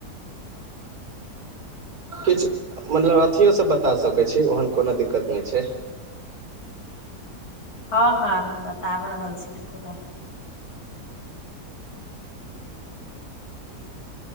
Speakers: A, on the right (about 60°); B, on the left (about 65°).
A: किछु मतलब अथियोसँ बता सकैत छी ओहन कोनो दिक्कत नहि छै
B: हँ हँ बताब रहल छी रुकू न